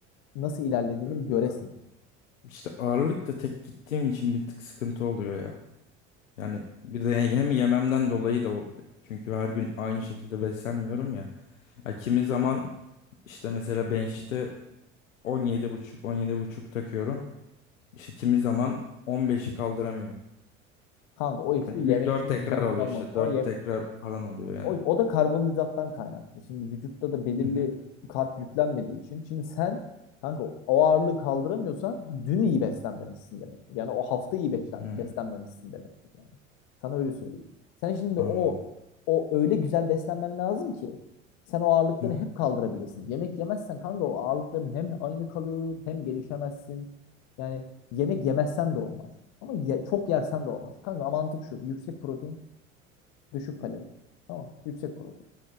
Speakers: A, on the left; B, on the left.
A: nasıl ilerlediğini
B: Ya
A: bir göresin.
B: işte ağırlık da tek gittiğim için bir tık sıkıntı oluyor ya. Yani bir de hem yememden dolayı da o çünkü her gün aynı şekilde beslenmiyorum ya. Ya kimi zaman işte mesela bench'te 17,5 buçuk on yedi buçuk takıyorum. İşte kimi zaman 15'i kaldıramıyor.
A: Kanka o işte
B: Yani
A: yeme
B: 4
A: içme
B: tekrar
A: düzenin
B: alıyor
A: olmam.
B: işte.
A: O
B: dört
A: yem,
B: tekrar falan alıyor yani.
A: O, o da karbonhidrattan kaynaklı. Şimdi vücutta da belirli
B: Hı hı.
A: karp yüklenmediği için. Şimdi sen kanka o ağırlığı kaldıramıyorsan dün iyi beslenmemişsin demektir. Yani o hafta iyi beslen,
B: Hı.
A: beslenmemişsin demektir yani. Sana öyle söyleyeyim. Sen şimdi
B: Anladım.
A: o o öyle güzel beslenmen lazım ki sen o ağırlıkları
B: Hı.
A: hep kaldırabilesin. Yemek yemezsen kanka o ağırlıkların hem aynı kalır hem gelişemezsin. Yani yemek yemezsen de olmaz. Ama ye- çok yersen de olmaz. Kanka mantık şu. Yüksek protein, Düşük kalori. Tamam. Yüksek protein.